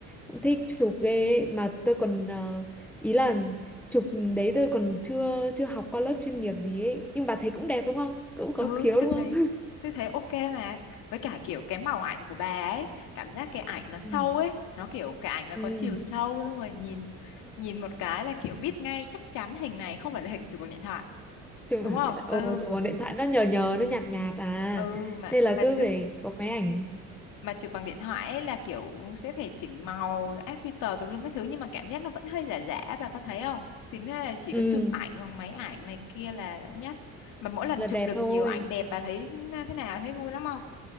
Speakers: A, in the centre; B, on the left.
A: cũng thích chụp ghê ấy. mà tôi còn ờ, ý là chụp đấy tôi còn chưa chưa học qua lớp chuyên nghiệp gì ấy nhưng bà thấy cũng đẹp đúng không cũng có
B: ừ
A: khiếu
B: tôi
A: đúng không
B: thấy tôi thấy ok mà với cả kiểu cái màu ảnh của bà ấy cảm giác cái ảnh nó sâu
A: <laughs> ừ
B: ấy nó kiểu cái ảnh nó
A: ừ
B: có chiều sâu xong rồi nhìn nhìn một cái là kiểu biết ngay chắc chắn hình này không phải là hình chụp bằng điện thoại
A: chụp
B: đúng
A: bằng
B: không
A: điện thoại ồ
B: ừ
A: chụp bằng điện thoại nó nhờ nhờ nó nhạt nhạt à
B: ừ mà
A: nên là
B: mà
A: cứ
B: chụp
A: phải có máy ảnh
B: mà chụp bằng điện thoại ấy là kiểu sẽ phải chỉnh màu áp filter tùm lum các thứ nhưng mà cảm giác nó vẫn hơi giả giả bà có thấy không chính là chỉ
A: ừ
B: có chụp ảnh bằng máy ảnh này kia là đã nhất mà mỗi lần
A: là
B: chụp
A: đẹp
B: được
A: thôi
B: nhiều ảnh đẹp bà thấy thế nào thấy vui lắm không